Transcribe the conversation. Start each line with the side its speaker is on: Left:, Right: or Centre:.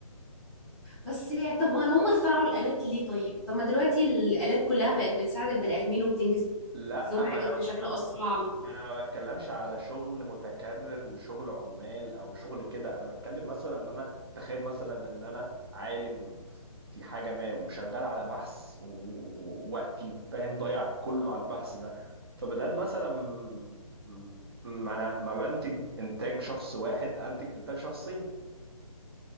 Centre: بس يعني طب ما لو هم اخترعوا الآلات ليه طيب طب ما دلوقتي الآلات كلها بقت بتساعد البني آدمين وبتنجز
Right: لا
Centre: لهم حاجات
Right: ما انا
Centre: بشكل أسرع و...
Right: انا ما بتكلمش على شغل متكرر وشغل عمال او شغل كده انا بتكلم مثلا ان انا تخيل مثلا ان انا عالم في حاجه ما وشغال على بحث و- و- ووقتي فاهم ضايع كله على البحث ده فبدل مثلا م- ما انا ما بنتج انتاج شخص واحد انتج انتاج شخصين